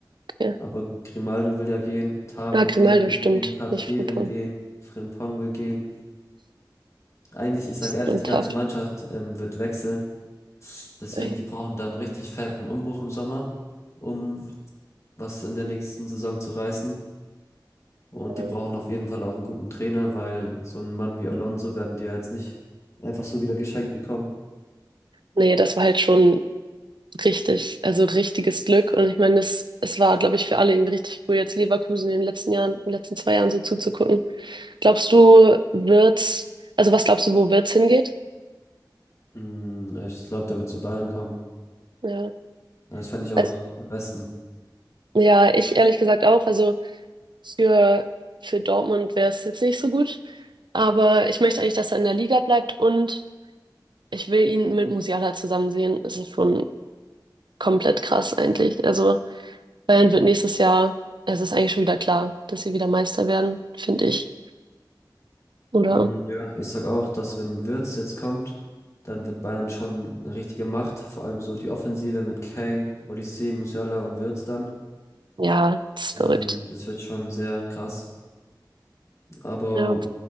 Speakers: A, on the right; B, on the left.
A: Ja.
B: Aber Grimaldo will ja gehen, Tah
A: Ah,
B: will
A: Grimaldo,
B: gehen,
A: stimmt.
B: Hincapié
A: Nicht Frimpong.
B: will gehen, Frimpong will gehen. Eigentlich, ich sag ehrlich,
A: Und
B: die ganze
A: Haft.
B: Mannschaft ähm, wird wechseln. Deswegen,
A: Ja.
B: die brauchen dann richtig fetten Umbruch im Sommer um was in der nächsten Saison zu reißen. Und
A: ja.
B: die brauchen auf jeden Fall auch einen guten Trainer, weil so einen Mann wie Alonso werden die ja jetzt nicht einfach so wieder geschenkt bekommen.
A: Nee, das war halt schon richtig, also richtiges Glück. Und ich meine, es, es war, glaube ich, für alle irgendwie richtig cool, jetzt Leverkusen in den letzten Jahren, in den letzten zwei Jahren so zuzugucken. Glaubst du, wird's, also was glaubst du, wo wird's hingeht?
B: Mm, Ich glaube, der wird zu Bayern kommen.
A: Ja.
B: Das fände ich auch
A: Also,
B: am besten.
A: ja, ich ehrlich gesagt auch. Also Für, für Dortmund wäre es jetzt nicht so gut. Aber ich möchte eigentlich, dass er in der Liga bleibt und ich will ihn mit Musiala zusammen sehen. Es ist schon komplett krass eigentlich. Also Bayern wird nächstes Jahr, es ist eigentlich schon wieder klar, dass sie wieder Meister werden, finde ich. Oder?
B: Mm, Ja, ich sag auch, dass wenn Wirtz jetzt kommt, dann wird Bayern schon eine richtige Macht. Vor allem so die Offensive mit Kane, Olise, Musiala und Wirtz dann.
A: Ja, es ist
B: Ähm,
A: verrückt.
B: das wird schon sehr krass. Aber
A: Ja,